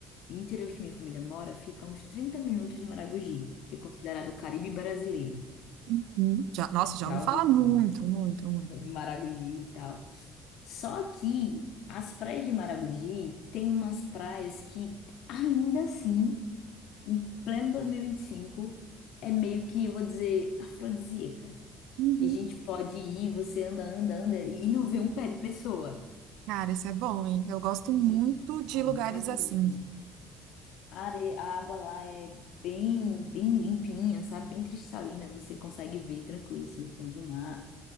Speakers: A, on the left; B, on the right.
A: E o interior que minha família mora fica a uns 30 minutos de Maragogi, que é considerado o Caribe brasileiro.
B: Uhum. Já, nossa, já
A: Já
B: ouvi falar
A: ouviu
B: muito,
A: falar?
B: muito, muito.
A: <laughs> Maragogi e tal. Só que as praias de Maragogi tem umas praias que ainda assim, em pleno 2025, é meio que, eu vou dizer, afrodisíacas.
B: Uhum.
A: Que a gente pode ir, você anda, anda, anda e não vê um pé de pessoa.
B: Cara, isso é bom, hein? Eu gosto muito
A: E,
B: de
A: ó,
B: lugares
A: maravilhoso.
B: assim.
A: A, are... a água lá é bem, bem limpinha, sabe? Bem cristalina. Você consegue ver tranquilo, assim, o fundo do mar.